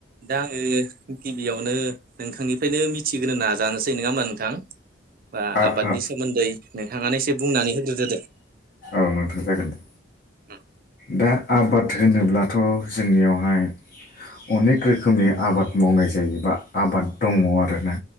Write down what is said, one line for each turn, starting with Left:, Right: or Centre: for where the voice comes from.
Right: दा आङो गिबियावनो नोंथांनिफ्रायनो मिथिग्रो नाजानोसै नङा होमा नोंथां बा
Left: आ
Right: आबादनि
Left: आ
Right: सोमोन्दै नोंथाङानो एसे बुंनानै होग्रोदोदो
Left: औ नोंथां जागोन दे
Right: उम
Left: दा आबाद होनोब्लाथ' जोंनियावहाय अनेक रोखोमनि आबाद मावनाय जायोबा आबाद दङ आरोना